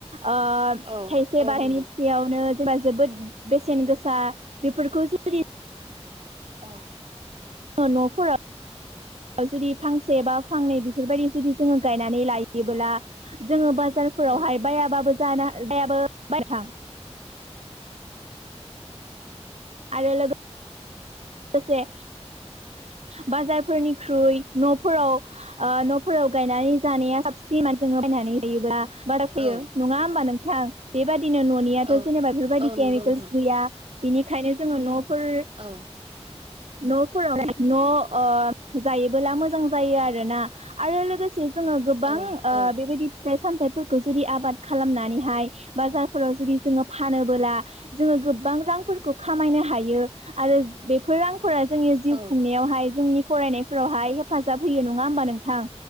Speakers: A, on the right; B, on the right.
A: ओ
B: औ
A: थाइसे
B: औ
A: बाहायनि
B: नंगौ
A: यावनो जेनेबा जोबोद बेसेन गोसा बेफोरखौ जुदि
B: औ
A: न'खर <unintelligible> जुदि फांसे बा फांनै बेफोरबायदि जुदि जोङो गायनानै लायोब्ला जोङो बाज फोरावहाय
B: औ
A: बायाबाबो जानो बायाबो बाय नोंथां आरो दसे बाजारफोरनिख्रुइ न'फोराव न'फोराव गायनानै जानाया साबसिनमान जों बायनानै जायोब्ला बारा फैयो
B: औ
A: नङा होमबा नोंथां बेबायदिनो न'नियाथ'
B: औ
A: जेनेबा बेफोरबायदि
B: औ नंगौ
A: केमिकेल्स
B: नोंथां
A: गैया बिनिखायनो जोङो न'फोर
B: औ
A: न' फोरावहाय न' जायोबोला मोजां जायो आरोना आरो लोगोसे जोङो गोबां
B: औ औ
A: बेबायदि फिथाइ सामथाइफोरखौ जुदि आबाद खालामनानैहाय बाजारफोराव जुदि जोङो फानोबोला जोङो गोबां रांफोरखौ खामायनो हायो आरो बेफोर रांफोरा जोंनि जिउ
B: औ
A: खुंनायावहाय जोंनि फरायनायफोरावहाय हेफाजाब होयो नङा होमबा नोंथां